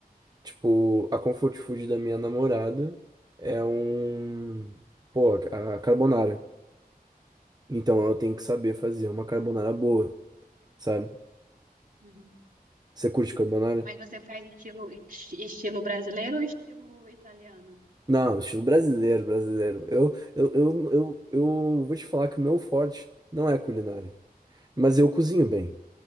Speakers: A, on the right; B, on the right.
A: Tipo, a comfort food da minha namorada é um. Pô, a a carbonara. Então eu tenho que saber fazer uma carbonara
B: Agora-
A: boa, sabe?
B: uhum.
A: Você curte carbonara?
B: Mas você faz estilo, esti- estilo brasileiro ou estilo italiano?
A: Não, estilo brasileiro, brasileiro. Eu, eu, eu, eu, eu vou te falar que o meu forte não é a culinária. Mas eu cozinho bem.